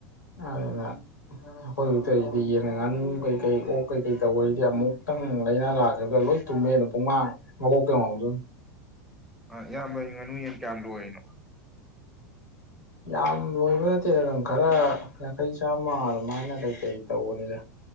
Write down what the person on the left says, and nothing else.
ꯑꯗꯨꯅ ꯑꯩꯈꯣꯏ ꯍꯨꯖꯤꯛ ꯇꯧꯔꯤꯁꯤꯗꯤ ꯌꯦꯟ ꯒ ꯉꯥꯅꯨ ꯀꯩꯀꯩ ꯑꯣꯛ ꯀꯩꯀꯩ ꯇꯧꯕ ꯗꯤ ꯑꯃꯨꯛꯇꯪ ꯂꯥꯏꯅꯥ ꯂꯥꯛꯈꯤꯕꯗ ꯂꯣꯏ ꯇꯨꯝꯃꯦ ꯑꯗꯨ ꯄꯨꯡꯃꯥ ꯃꯀꯣꯛꯀ ꯉꯦꯎꯗꯣꯏꯅꯤ
ꯌꯥꯝ ꯂꯣꯏꯕ ꯅꯠꯇꯦ ꯑꯗꯨꯝ ꯈꯔ ꯌꯥꯡꯈꯩ ꯆꯥꯝꯃ ꯑꯗꯨꯃꯥꯏꯅ ꯀꯩꯀꯩ ꯇꯧꯕꯅꯤꯗ